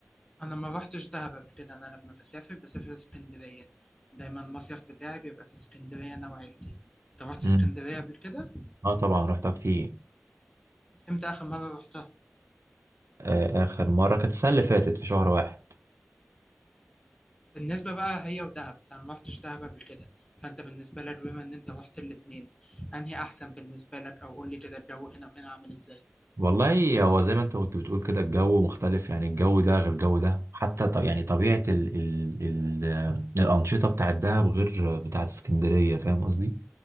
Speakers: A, on the left (about 20°); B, on the right (about 80°).
A: انا ما رحتش دهب قبل كده انا لما بسافر بسافر اسكندريه دايما المصيف بتاعي بيبقى في اسكندريه انا وعيلتي انت رحت اسكندريه
B: امم
A: قبل كده
B: اه طبعا رحتها كتير
A: امتى اخر مره رحتها
B: آه، اخر مره كانت السنه اللي فاتت في شهر واحد
A: بالنسبة بقى هي ودهب أنا ما رحتش دهب قبل كده فأنت بالنسبة لك بما إن أنت رحت الاتنين أنهي أحسن بالنسبة لك أو قول لي كده الجو هنا وهنا عامل إزاي؟
B: والله هو زي ما انت كنت بتقول كده الجو مختلف يعني الجو ده غير الجو ده حتى ط- يعني طبيعة ال ال ال آه، الأنشطة بتاعت دهب غير بتاعت اسكندرية فاهم قصدي؟